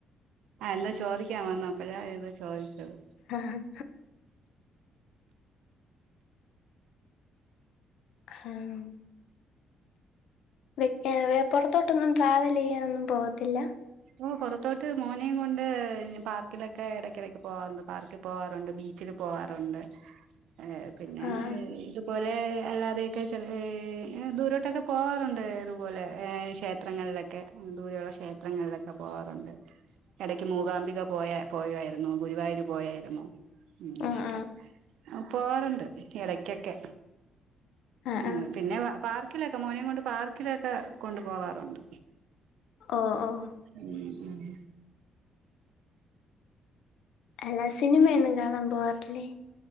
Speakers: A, on the right; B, on the left.
A: അല്ല ചോദിക്കാൻ വന്ന് അപ്പോഴ ഇത് ചോദിച്ചത്
B: ആഹ് ആഹ് വെക്കാൻ പുറത്തോട്ടൊന്നും ട്രാവൽ ചെയ്യാനൊന്നും പോവത്തില്ല
A: ഓ പൊറത്തോട്ട് മോനെയും കൊണ്ട് പാർക്കിലൊക്കെ ഇടയ്ക്കിടക്ക് പോവാറുണ്ട് പാർക്ക് പോവാറുണ്ട് ബീച്ച്ക്ക് പോവാറുണ്ട് ഏ പിന്നെ
B: ആഹ്
A: ഇത് പോലെ അല്ലാതെയൊക്കെ ചെലര് ങ്ങനെ ദൂരോട്ടൊക്കെ പോവാറുണ്ട് ഇതുപോലെ ഏ ക്ഷേത്രങ്ങളിലൊ ഒക്കെ ഉും ദൂരെള്ള ക്ഷേത്രങ്ങള്- ആഹാ പോവാറുണ്ട് ഇടക്ക് മൂകാംബിക പോയ പോയാരുന്നു. ഗുരുവായൂര് പോയാരുന്നു ഇങ്ങനെയൊക്കെ
B: ആഹ് ആഹ്
A: ആ പോവാറ്ണ്ട് ഇടക്കൊക്കെ.
B: ആഹ്
A: ആ
B: ആഹ്
A: പിന്നെ പാർക്കിലൊക്കെ മോനെംകൊണ്ട് പാർക്കിലൊക്കെ കൊണ്ടു പോവാറുണ്ട്.
B: ഓ ഓഹൊ
A: ഉം ഉം.
B: അല്ല ശിനിമയൊന്നും കാണാൻ പോവാറില്ലേ?